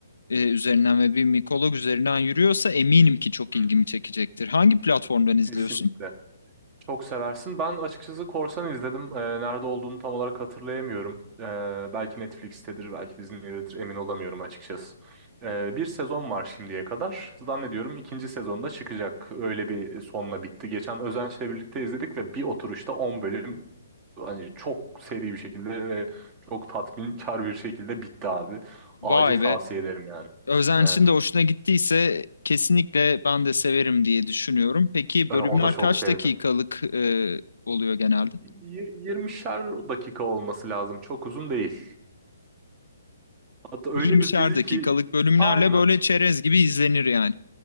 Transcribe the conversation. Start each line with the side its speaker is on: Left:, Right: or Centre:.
Left: e, üzerinden ve bir mikolog üzerinden yürüyorsa eminim ki çok
Right: hı
Left: ilgimi
Right: hı.
Left: çekecektir. Hangi platformdan
Right: Kesinlikle.
Left: izliyorsun?
Right: Çok seversin. Ben açıkçası Korsan izledim. Ee, nerede olduğunu tam olarak hatırlayamıyorum. Ee, belki Netflix'tedir, belki Disney'dedir. Emin olamıyorum açıkçası. Ee, bir sezon var şimdiye kadar. Zannediyorum ikinci sezonda çıkacak. Öyle bir sonla bitti. Geçen Özenç'le birlikte izledik ve bir oturuşta 10 bölüm hani çok seri bir şekilde ve çok tatminkar bir şekilde bitti abi.
Left: Vay
Right: Acil tavsiye
Left: be
Right: ederim yani.
Left: Özenç'in
Right: Evet.
Left: de hoşuna gittiyse kesinlikle ben de severim diye düşünüyorum. Peki
Right: Ee,
Left: bölümler
Right: o da çok
Left: kaç
Right: sevdi.
Left: dakikalık e, oluyor genelde?
Right: Y- 20'şer dakika olması lazım. Çok uzun değil. Hatta öyle
Left: 20'şer
Right: bir dizi
Left: dakikalık
Right: ki
Left: bölümlerle
Right: aynen.
Left: böyle çerez gibi izlenir yani.